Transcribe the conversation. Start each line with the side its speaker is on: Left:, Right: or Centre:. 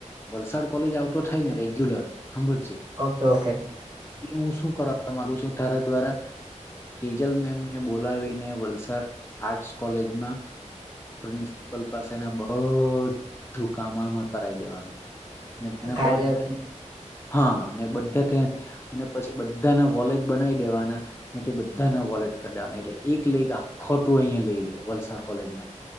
Left: વલસાડ કોલેજ આવતો થાય ને રેગ્યુલર સાંભળજી
Right: ઓકે ઓકે
Left: હું શું કરવા મામાંગુ છું તારા દ્વારા ટીજલ મેમને બોલાવીને વલસાડ આર્ટસ કોલેજમાં પ્રિન્સિપલ પાસેને બધું કામમાં કરાઈ દેવાનું ને તેને
Right: કાર્ય
Left: બધું હા અને બધા પછી બધાના વોલેટ બનાવી દેવાના ને તે બધાના વોલેટ કઢાવવા એટલે એક લઈ આખોટું અહિયાયા લઈ લે વલસાડ કોલેજ ના